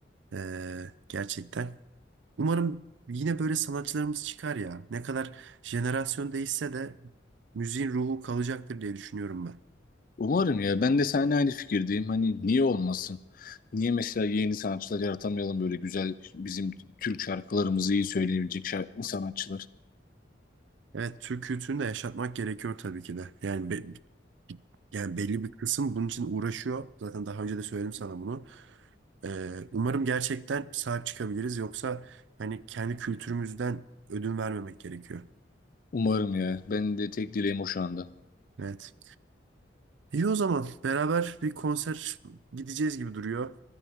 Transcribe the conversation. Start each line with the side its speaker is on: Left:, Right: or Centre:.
Right: Ee, gerçekten. Umarım yine böyle sanatçılarımız çıkar ya. Ne kadar jenerasyon değişse de müziğin ruhu kalacaktır diye düşünüyorum ben.
Left: Umarım ya. Ben de seninle aynı fikirdeyim. Hani niye olmasın? Niye mesela yeni sanatçılar yaratamayalım böyle güzel bizim Türk şarkılarımızı iyi söyleyebilecek şarkı sanatçılar.
Right: Evet, Türk kültürünü de yaşatmak gerekiyor tabii ki de. Yani be- yani belli bir kısım bunun için uğraşıyor. Zaten daha önce de söyledim sana bunu. Ee, umarım gerçekten sahip çıkabiliriz. Yoksa hani kendi kültürümüzden ödün vermemek gerekiyor.
Left: Umarım ya. Ben de tek dileğim o şu anda.
Right: Evet. İyi o zaman beraber bir konser gideceğiz gibi duruyor.